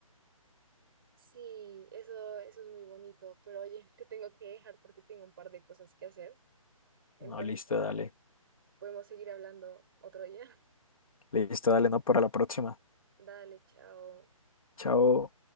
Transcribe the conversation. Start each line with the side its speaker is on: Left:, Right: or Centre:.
Right: Sí, eso, eso es muy bonito, pero oye, te tengo que dejar porque tengo un par de cosas que hacer. Entonces,
Left: No, listo, dale.
Right: ah, podemos seguir hablando otro día.
Left: Listo, dale, no, para la próxima.
Right: <laughs> Dale, chao.
Left: Chao.